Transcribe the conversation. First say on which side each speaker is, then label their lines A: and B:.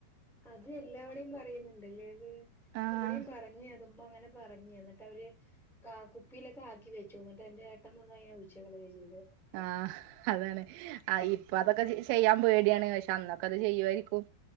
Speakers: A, in the centre; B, on the right.
A: അത് എല്ലാടെയും പറയുന്നുണ്ട് അല്ലേ അത്
B: ആഹ്
A: ഇവിടെയും പറഞ്ഞ അതുമ്മ അങ്ങനെ പറഞ്ഞ എന്ന അവര് കുപ്പിയിലൊക്കെ ആക്കി വെച്ചു ന്നിട്ട് എന്റെ ഏട്ടം വന്ന് അതിനെ ഒയിച്ച് കളയുക ചെയ്ത്
B: ആഹ് അതാണ് ആ ഇപ്പ അതൊക്കെ ചെയ്യാൻ പേടിയാണ് പക്ഷെ അന്നൊക്കെ അത് ചെയ്യുമായിരിക്കും